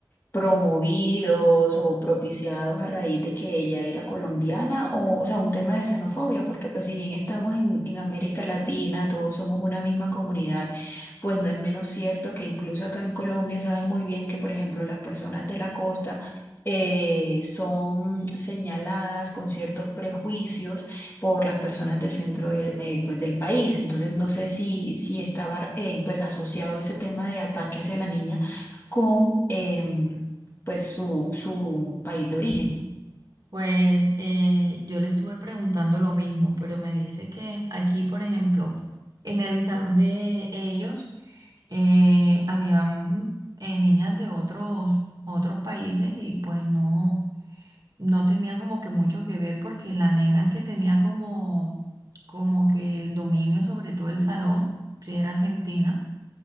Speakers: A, on the left (about 25°); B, on the right (about 50°).
A: promovidos o propiciados a raíz de que ella era colombiana, o, o sea, un tema de xenofobia, porque pues si bien estamos en, en América Latina, todos somos una misma comunidad, pues no es menos cierto que incluso acá en Colombia sabes muy bien que, por ejemplo, las personas de la costa... eh, son señaladas con ciertos prejuicios por las personas del centro del, eh, pues, del país. Entonces, no sé si, si estaba eh, pues asociado ese tema de ataque hacia la niña con em, pues su, su país de origen.
B: Pues eh, yo le estuve preguntando lo mismo, pero me dice que aquí, por ejemplo, en el salón de ellos, eh, habían eh, niñas de otros, otros países y pues no, no tenía como que mucho que ver porque la nena que tenía como, como que el dominio sobre todo el salón, si era argentina